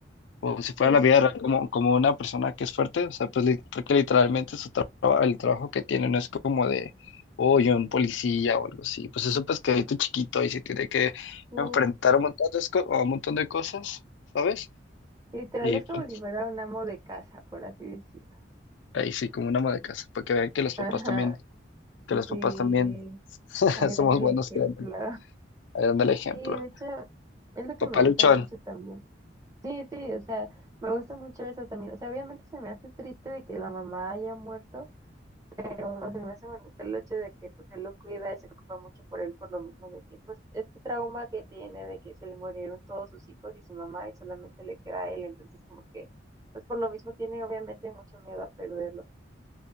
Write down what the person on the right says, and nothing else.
Sí.
sí.
Literal
es
como si fuera un amo de casa, por así decirlo.
<laughs>
Ajá.
Sí.
Ahí
dan el
ejemplo.
Sí, de hecho, es lo que
me gusta mucho también. Sí, sí, o sea, me gusta mucho eso también. O sea, obviamente se me hace triste de que la mamá haya muerto, pero se me hace bonito el hecho de que pues él lo cuida y se preocupa mucho por él por lo mismo de que pues este trauma que tiene de que se le murieron todos sus hijos y su mamá y solamente le queda a él, entonces como que pues por lo mismo tiene obviamente mucho miedo a perderlo.